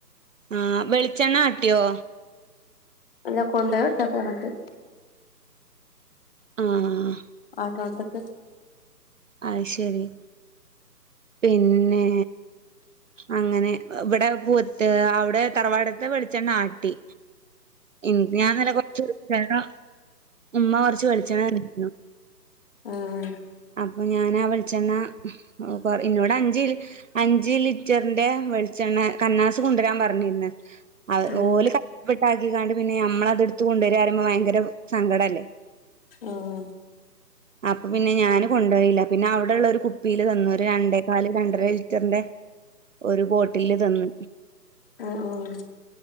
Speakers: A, on the right (about 50°); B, on the left (about 35°).
A: ആഹ് വെളിച്ചെണ്ണ ആട്ടിയോ
B: അല്ല കൊണ്ടോയ്ടുത്തൊക്ക ങ്ങട്ട്
A: ആഹ്
B: ആട്ട്ണോട്ത്ത്ക്ക്
A: അഹ് ശരി പിന്നെ അങ്ങനെ ഇവിടെ പൂത്ത് അവിടെ തറവാടത്തെ വെളിച്ചണ്ണാട്ടി ഇൻ ഞാൻ നല്ല കൊറച് വെൾച്ചണ്ണ ഉമ്മ കൊറച്ച് വെളിച്ചണ്ണ തന്നീഞു
B: ആഹ്
A: അപ്പം ഞാനാ വെളിച്ചെണ്ണ കു ഇന്നോട് അഞ്ചു അഞ്ച് ലിറ്ററിന്റെ വെളിച്ചെണ്ണ കന്നാസ് കൊണ്ടുവരാൻ പറഞ്ഞിര്ന്ന്
B: ഉം
A: ഓല് പ്പ്ട്ടാക്കിക്കാണ്ട് പിന്നെ നമ്മളത് എടുത്തു കൊണ്ടേരറിയുമ്പോൾ ഭയങ്കര സങ്കടല്ലേ
B: ആഹ്
A: അപ്പൊ പിന്നെ ഞാനും കൊണ്ടായില്ല പിന്നെ അവിടെള്ള ഒരു കുപ്പിയില് തന്നു ഒരു രണ്ടേക്കാല് രണ്ടര ലിറ്ററിന്റെ ഒരു ബോട്ടില് തന്ന്
B: ആ ഉ ഉ